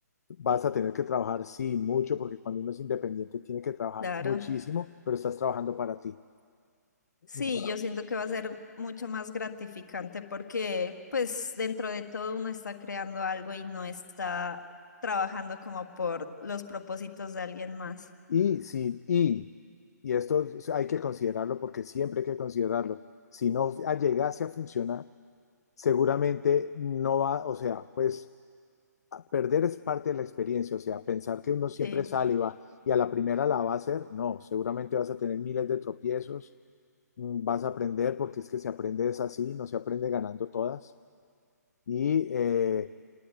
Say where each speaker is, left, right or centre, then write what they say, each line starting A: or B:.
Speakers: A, on the left; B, on the left.
A: Vas a tener que trabajar, sí, mucho, porque cuando uno es independiente tiene que trabajar
B: claro.
A: muchísimo, pero estás trabajando para ti,
B: Sí,
A: no para
B: yo
A: otros.
B: siento que va a ser mucho más gratificante porque pues dentro de todo uno está creando algo y no está trabajando como por los propósitos de alguien más.
A: Y si, y y esto hay que considerarlo porque siempre hay que considerarlo, si no llegase a funcionar, seguramente no va, o sea, pues perder es parte de la experiencia, o sea, pensar que uno siempre
B: Sí,
A: sale y va y a la primera la va a hacer, no, seguramente vas a tener miles de tropiezos, mm, vas a aprender porque es que se aprende es así, no se aprende ganando todas y eh,